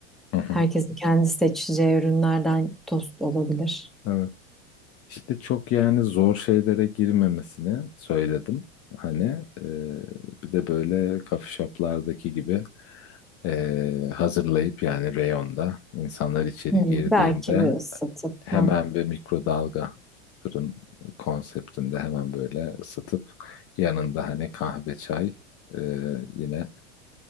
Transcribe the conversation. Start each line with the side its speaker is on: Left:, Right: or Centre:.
Left: Hı hı.
Centre: herkesin kendi seçeceği ürünlerden tost olabilir.
Left: Evet. İşte çok yani zor şeylere girmemesini söyledim. Hani e, bir de böyle coffee shop'lardaki gibi e, hazırlayıp yani reyonda insanlar içeri
Centre: Hmm,
Left: girdiğinde
Centre: belki bir ısıtıp.
Left: hemen
Centre: Ha.
Left: bir mikrodalga fırın konseptinde hemen böyle ısıtıp yanında hani kahve çay e, yine